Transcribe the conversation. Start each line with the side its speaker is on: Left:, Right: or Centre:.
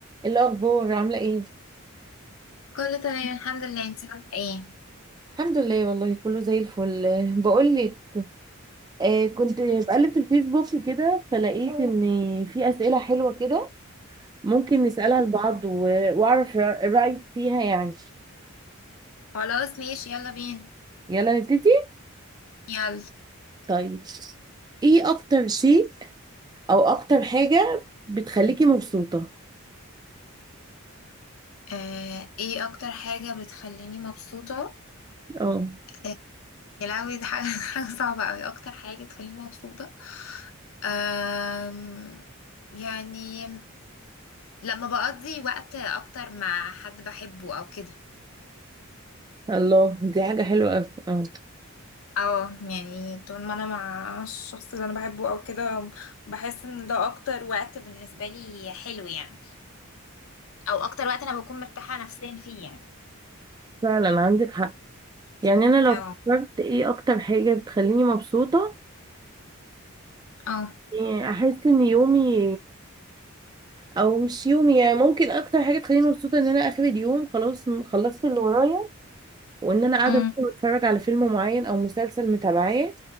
Right: إيه الأخبار عاملة ايه؟
Left: كله تمام الحمد لله انت عامله ايه
Right: الحمد لله والله كله زي الفل بقولك آه كنت بقلب في الفيسبوك كده فلقيت ان في أسئلة حلوة كده ممكن نسألها لبعض و- وأعرف رأ- رأيك فيها يعني
Left: خلاص ماشي يلا بينا
Right: يلا نبتدي
Left: يلا
Right: طيب ايه أكتر شيء أو أكتر حاجة بتخليكي مبسوطة؟
Left: آه ايه اكتر حاجه بتخليني مبسوطه
Right: اه
Left: آه يا لهوي دي حاجه <laughs> حاجه صعبه قوي اكتر حاجه بتخليني مبسوطه آم يعني لما بقضي وقت اكتر مع حد بحبه او كده
Right: الله دي حاجة حلوة أوي اه
Left: اه يعني طول ما انا مع الشخص اللي انا بحبه او كده بحس ان ده اكتر وقت بالنسبه لي حلو يعني او اكتر وقت انا بكون مرتاحه نفسيا فيه يعني
Right: فعلا عندك حق يعني أنا لو
Left: اه
Right: فكرت ايه أكتر حاجة بتخليني مبسوطة
Left: اه
Right: إيه، احس ان يومي او مش يومي يعني ممكن اكتر حاجه تخليني مبسوطه ان انا اخر اليوم خلاص م- خلصت اللي ورايا وان انا قاعده
Left: أمم.
Right: مثلا بتفرج على فيلم معين او مسلسل متابعاه